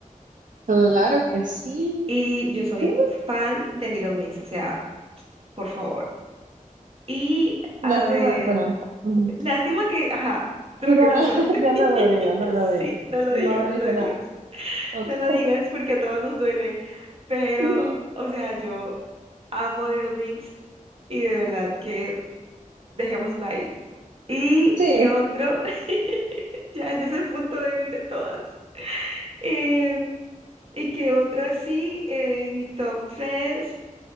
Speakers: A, on the right; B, on the right.
A: Claro que sí.
B: y yo soy
A: Sí,
B: fan de Little Mix, o sea, por favor. Y
A: Lástima,
B: a ver,
A: bueno. ujú.
B: Lástima que, ajá, de
A: No,
B: lo que pasó.
A: <laughs>
B: <laughs>
A: yo no lo digo, no lo digo.
B: Sí, no lo
A: No
B: digas, no
A: dije
B: lo digas.
A: nada. Ok.
B: No lo digas porque a todos nos duele. Pero,
A: Ujú.
B: o sea, yo amo Little Mix y de verdad que dejémoslo ahí. ¿Y
A: Sí,
B: qué otro? <laughs> Ya, ese es el punto débil de todas. Eh, ¿y qué otro así? Eh, en mi top 3,